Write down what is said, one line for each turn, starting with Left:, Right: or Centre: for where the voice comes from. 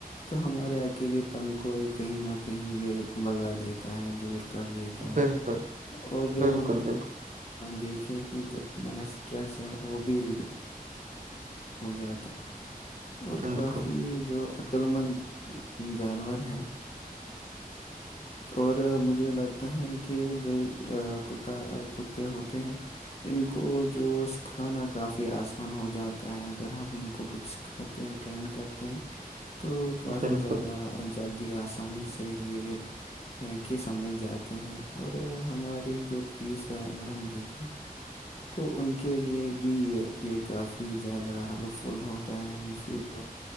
Left: تو ہمارے اکیلے پن کو کہیں نہ کہیں یہ بگا دیتا ہے دور کر دیتا
Right: بالکل
Left: ہے اور جب
Right: بالکل
Left: ہم
Right: بالکل
Left: دیکھیں کہ جو ہمارا اسٹریس ہے وہ بھی ریڈیو ہو جاتا اور
Right: بالکل
Left: کافی جو عقل مند جانور ہیں اور مجھے لگتا ہے کہ جو کتا کتے ہوتے ہیں ان کو جو سکھانا کافی آسان ہو جاتا ہے اگر ہم ان کو کچھ سکھا ہیں ٹرینڈ کرتے ہیں تو کافی
Right: بالکل
Left: زیادہ
Right: بالکل بالکل
Left: جلدی آسانی سے یہ ہیں کہ سمجھ جاتے ہیں اور ہماری جو پلیس ہے اگر ہم دیکھیں تو ان کے لیے بھی یہ کافی زیادہ ہیلپ فل ہوتا ہے مفید ہوتا ہے